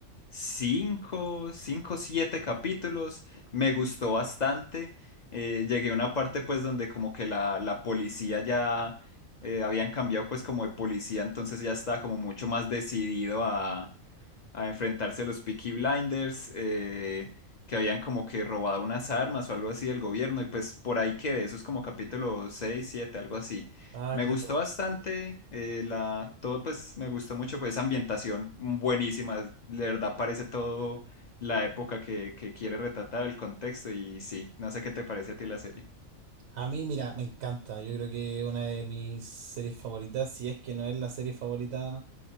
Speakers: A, on the left; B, on the right.
A: Cinco, cinco, siete capítulos, me gustó bastante, eh, llegué a una parte pues donde como que la, la policía ya eh, habían cambiado pues como de policía, entonces ya estaba como mucho más decidido a, a enfrentarse a los Peaky Blinders, eh, que habían como que robado unas armas o algo así del gobierno, y pues por ahí quedé, eso es como capítulo 6 7 algo así.
B: Ah,
A: Me
B: claro.
A: gustó bastante, eh, la, todo pues me gustó mucho, pues esa ambientación buenísima, de verdad parece todo la época que, que quiere retratar, el contexto y sí, no sé qué te parece a ti la serie.
B: A mí, mira, me encanta. Yo creo que una de mis series favoritas, si es que no es la serie favorita